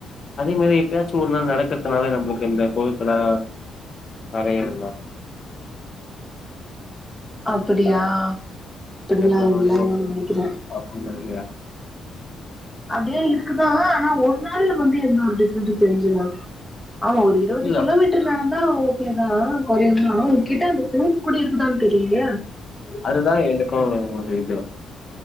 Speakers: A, on the left (about 45°); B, in the centre.
A: அதே மாரி எப்பயாச்சு ஒரு நாள் நடக்கறது அதனால நம்மளுக்கு இந்த கொழுப்பெல்லா கரையாது <unintelligible>
B: அப்டியா அப்டிலா
A: எப்பனாச்சு
B: இல்ல நெனைக்கிறே
A: அப்டிலா இல்லயா
B: அப்பிடியே இருக்குதா ஆனா ஒரு நாள்ல வந்து எந்த ஒரு டிஃப்ரெண்டு தெரியலேயே ஆமா ஒரு இருபது
A: இல்ல
B: கிலோமீட் தா ஓகேதா குறையா அவுங்கிட்ட அந்த கொழுப்பு கூடி இருக்குதான்னு தெரியிலேயே
A: அதுதா எனக்கு ஒரு இது